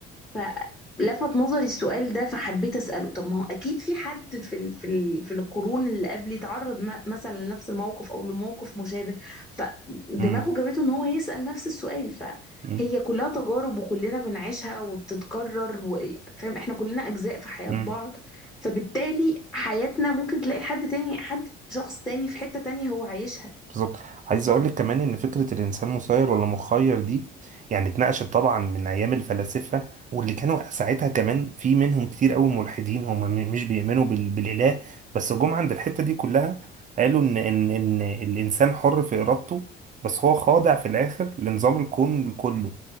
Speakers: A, on the left; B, on the right.
A: فلفت نظري السؤال ده فحبيت أسأله طب ما هو أكيد في حد في ال في ال في القرون اللي قبل يتعرض م- مثلا لنفس الموقف أو لموقف مشابه فدماغه
B: مم.
A: جابته إن هو يسأل نفس السؤال فهي
B: مم.
A: كلها تجارب وكلنا بنعيشها وبتتكرر و- فاهم إحنا كلنا أجزاء في حياة
B: مم.
A: بعض فبالتالي حياتنا ممكن تلاقي حد تاني حد شخص تاني في حتة تانية هو عايشها
B: بالظبط عايز اقول لك كمان ان فكره الانسان مسير ولا مخير دي يعني اتناقشت طبعا من ايام الفلاسفه واللي كانوا ساعتها كمان في منهم كتير قوي ملحدين هم م- مش بيؤمنوا بال- بالاله بس جم عند الحته دي كلها قالوا ان ان ان الانسان حر في ارادته بس هو خاضع في الاخر لنظام الكون كله